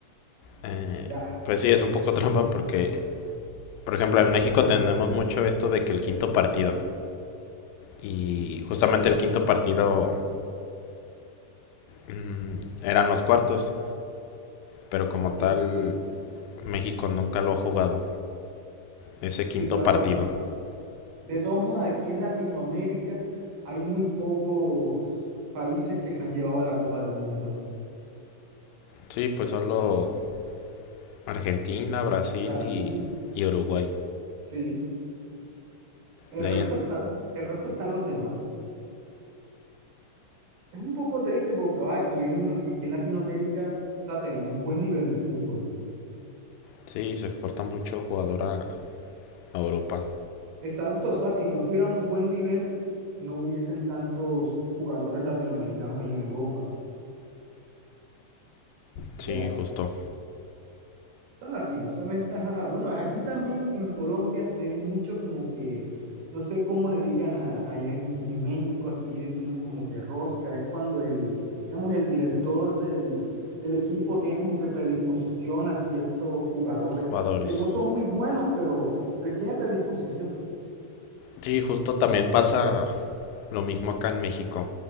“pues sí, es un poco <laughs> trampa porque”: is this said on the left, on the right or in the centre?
Left